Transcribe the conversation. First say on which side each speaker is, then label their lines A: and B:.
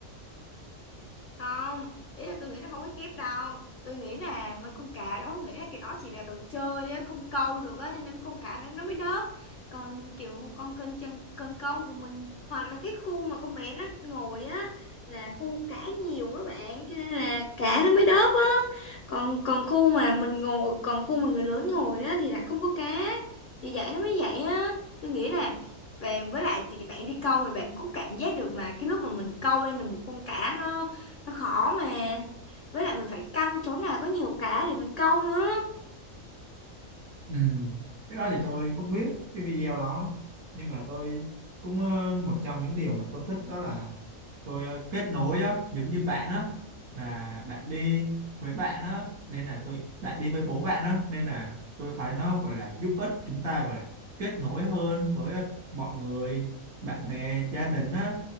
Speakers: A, on the left; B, on the right.
A: không ý là tôi nghĩ là không có kép đâu tôi nghĩ là mấy con cá đó nghĩ là cái đó chỉ là đồ chơi á không câu được á cho nên mấy con cá đó nó mới đớp còn kiểu con kênh chân cần câu của mình hoặc là cái khu mà con bé nó ngồi á là khu cá nhiều các bạn cho nên là cá nó mới đớp á còn còn khu mà mình ngồi còn khu mà người lớn ngồi á thì lại không có cá thì vậy nó mới vậy á tôi nghĩ là về với lại thì bạn đi câu thì bạn cũng cảm giác được mà cái lúc mà mình câu lên được một con cá nó nó khó mà với lại mình phải canh chỗ nào có nhiều cá để mình câu nữa
B: Ừ. Cái đó thì tôi không biết cái video đó nhưng mà tôi cũng ờ, một trong những điều mà tôi thích đó là tôi ờ, kết nối á giống như bạn á là bạn đi với bạn á nên là tôi bạn đi với bố bạn á nên là tôi thấy nó gọi là giúp ích chúng ta gọi là kết nối hơn với ờ, mọi người bạn bè gia đình á